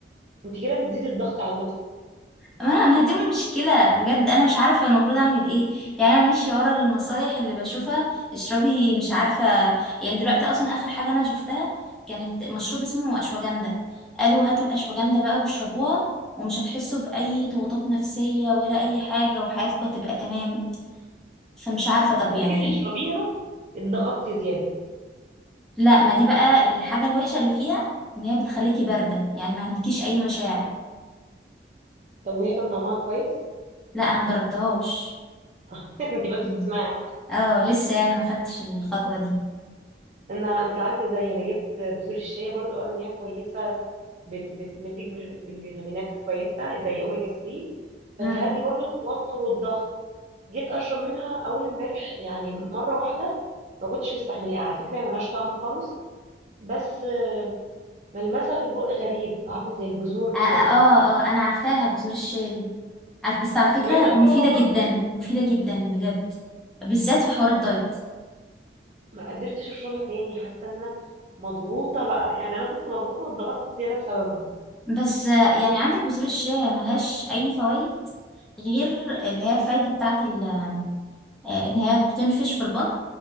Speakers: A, on the right; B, in the centre.
A: انت كده بتزيدي الضغط على نفسك
B: ما ما هي دي مشكلة بجد أنا مش عارفة المفروض أعمل إيه يعني أنا ماشية ورا النصايح اللي بشوفها اشربي مش عارفة يعني دلوقتي أصلا آخر حاجة أنا شفتها كانت مشروب اسمه أشواجندا قالوا هاتوا الأشواجندا بقى واشربوها ومش هتحسوا بأي ضغوطات نفسية ولا أي حاجة وحياتكم هتبقى تمام فمش عارفة طب
A: فجيتي
B: يعني
A: تشربيها اتضغطتي زياده
B: لا ما دي بقى الحاجة الوحشة اللي فيها إن هي بتخليكي باردة يعني ما عندكيش أي مشاعر
A: طب وهي كان طعمها كويس
B: لا أنا مجربتهاش
A: <laughs> انت بس
B: مم.
A: تسمعي
B: اه لسه يعني ما خدتش الخطوة دي
A: انا انت عارفه ازاي انا جبت بذور الشيا برضو قالوا ان هي كويسه بت... بتمدك بال... بالفيتامينات كويسه زي اوميجا 3
B: مم.
A: فتهدي برضو التوتر والضغط جيت اشرب منها اول امبارح يعني مره واحده ما كنتش مستحملها على فكره هي ملهاش طعم خالص بس آه، ملمسها في البق غريب عامل زي البذور
B: اه اه
A: كده
B: آه، آه، انا عارفاها بذور الشيا دي عارف بس على فكرة
A: فبقيت اشربها
B: مفيدة
A: برضو
B: جدا مفيدة جدا بجد بالذات في حوار الدايت
A: ما قدرتش اشربها تاني حاسه ان انا مضغوطه بقى يعني انا كنت مضغوطه واتضغطت زياده بسببها
B: بس آه، يعني عندك بذور الشيا ملهاش اي فوائد غير اللي هي الفايدة بتاعت ال- آه، ان هي بتنفش في البطن